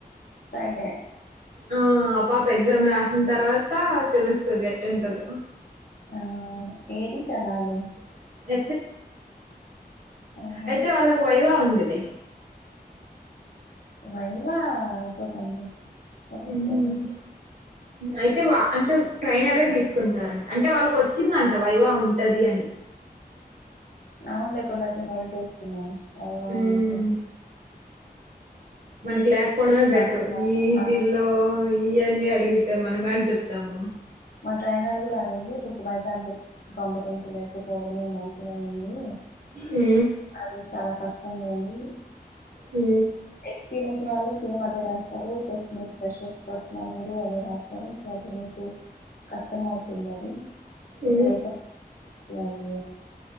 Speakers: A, on the left; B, on the right.
A: ఫ్రైడే
B: ఆ పాప ఎగ్జామ్ రాసిన తర్వాత తెలుస్తది ఎట్లుంటదో
A: అవునవును ఏదీ <unintelligible>
B: <unintelligible>
A: ఆహా
B: అయితే వాళ్ళకు వైవా ఉందిలే
A: వైవా అయిపోతదిలే అప్పటి
B: హ్మ్.
A: లోపు
B: అయితే వా అంటే ట్రైనరే తీసుకుంటారంట అంటే వాళ్ళకి వచ్చిందంట వైవా ఉంటది అని
A: అవున్లే కొందరికీ మేల్ చేస్తున్నా అ
B: హ్మ్.
A: <inaudible>
B: మనకి లేక్ పోవడమే బెటర్
A: మనకి రాదు.
B: ఈటిల్లో
A: ఆ
B: ఇఅన్ని అడిగితే మనమేడ జెప్తాము.
A: మా ట్రైనర్ గూడ అనింది. మీకు మై శాంపు కాంపిటెన్షీల్ లేకపోవడమే మంచి దైంది.
B: ఊ
A: అది చాలా కష్టం లేండి.
B: ఊ
A: ఎక్స్పీరియన్స్ వాళ్ళు సేమ్ అదే రాస్తారు. జస్ట్ మీరు ఫ్రెషర్స్ వచ్ న మీరు అదే రాస్తారు. మాకు ను మీకు కష్టమవుతున్నది.
B: ఊ
A: <unintelligible>